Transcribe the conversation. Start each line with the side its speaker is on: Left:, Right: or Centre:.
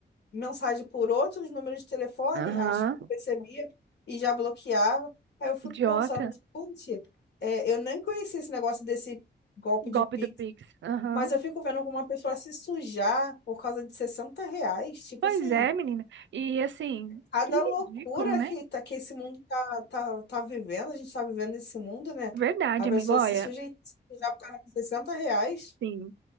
Left: mensagem por outros números de telefone,
Right: Aham.
Left: acho que eu percebia, e já bloqueava. Aí eu fico
Right: Idiota.
Left: pensando, gente, é, eu nem conhecia esse negócio desse golpe
Right: Golpe
Left: de Pix,
Right: do Pix. Aham.
Left: mas eu fico vendo como uma pessoa se sujar por causa de 60 reais. Tipo
Right: Pois
Left: assim,
Right: é, menina. E assim,
Left: Cada
Right: que
Left: loucura
Right: ridículo, né?
Left: que, tá, que esse mundo tá, tá, tá vivendo, a gente tá vivendo esse mundo, né?
Right: Verdade,
Left: A pessoa
Right: amigo. Olha,
Left: se sujeita se sujar por causa de 60 reais.
Right: sim.